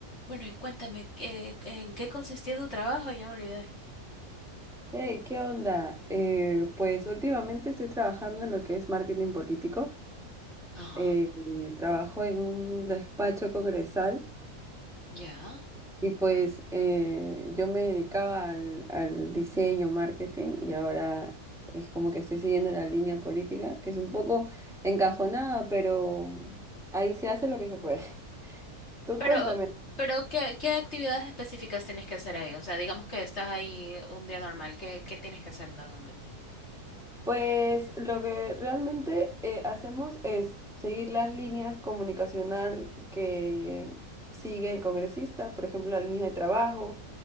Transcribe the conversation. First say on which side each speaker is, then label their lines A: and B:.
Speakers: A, on the left; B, in the centre.
A: Bueno, y cuéntame, ¿qué- ¿en qué consistía tu trabajo? Ya me olvidé.
B: Hey, ¿qué onda? Eh, pues últimamente estoy trabajando en lo que es marketing político.
A: Ajá,
B: Eh, eh, trabajo en un despacho congresal
A: ya.
B: y pues eh, yo me dedicaba al, al diseño, marketing y ahora es como que estoy siguiendo la línea política, que es un poco encajonada, pero ahí se hace lo que se puede. <laughs> Tú
A: Pero,
B: cuéntame.
A: pero ¿qué, qué actividades específicas tienes que hacer ahí? O sea, digamos que estás ahí un día normal, ¿qué, qué tienes que hacer normalmente?
B: Pues lo que realmente eh, hacemos es seguir las líneas comunicacional que sigue el congresista, por ejemplo, la línea de trabajo.